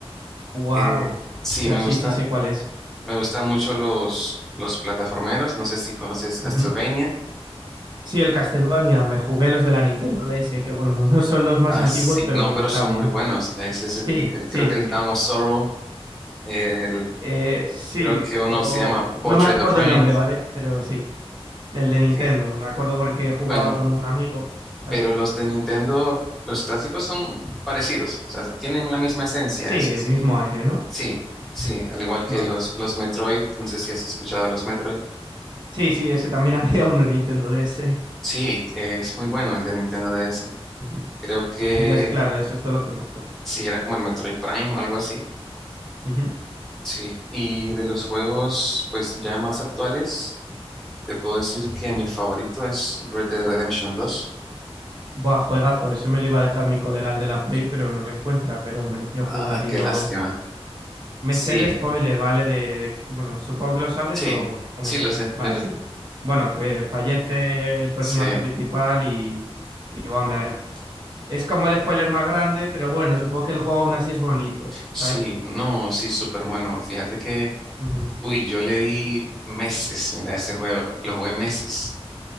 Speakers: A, on the right; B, in the centre.
A: Wow.
B: Eh, sí,
A: Hostia,
B: me
A: sí,
B: gusta,
A: sí sé cuál es.
B: me gustan mucho los, los plataformeros. No sé si conoces Castlevania.
A: Ujú. Sí, el Castlevania, me jugué los de la Nintendo DS, que bueno, <laughs> no son los más
B: Ah,
A: antiguos,
B: sí,
A: pero
B: no,
A: bueno,
B: pero
A: está
B: son
A: bien.
B: muy buenos. Ese es el,
A: Sí,
B: el-
A: sí,
B: creo que
A: sí,
B: el
A: sí.
B: Dawn of Sorrow, el
A: Eh, sí,
B: Creo que uno
A: o-
B: se llama
A: no
B: Portrait
A: me acuerdo
B: of Rain.
A: el nombre, ¿vale? Pero sí, el de Nintendo,
B: Sí.
A: me acuerdo porque jugaba
B: Bueno,
A: con un amigo, ¿sabes?
B: pero los de Nintendo, los clásicos son parecidos, o sea, tienen la misma esencia.
A: Sí,
B: Es,
A: el
B: Sí.
A: mismo aire, ¿no?
B: sí, sí, al igual que
A: Vale.
B: los, los Metroid, no sé si has escuchado de los Metroid.
A: Sí, sí, ese también <laughs> había uno en Nintendo DS.
B: Sí, eh, es muy bueno el de Nintendo DS.
A: Ujú,
B: Creo que
A: Entonces, claro, eso, esto lo conozco.
B: sí, era como el Metroid Prime, algo así.
A: ujú,
B: Sí, y de los juegos, pues ya más actuales, te puedo decir que mi favorito es Red Dead Redemption 2.
A: Buah, juegazo, ese me lo iba a dejar mi colega el de la Play, pero no lo encuentra, pero me lo quiero jugar
B: Ah,
A: y
B: qué
A: no...
B: lástima.
A: Me
B: Sí,
A: sé el spoiler, ¿vale? De, de- Bueno, supongo que lo sabes
B: Sí,
A: o, o
B: sí
A: me callo.
B: lo sé, yo
A: Vale,
B: lo
A: sí. Bueno, que fallece el personaje
B: sí,
A: principal y... y buah, me- Es como el spoiler más grande, pero bueno, supongo que el juego aún así es bonito, ¿sabes?
B: sí, no, sí, súper bueno. Fíjate que,
A: Ujú.
B: uy, yo le di meses, mira, este juego, lo jugué meses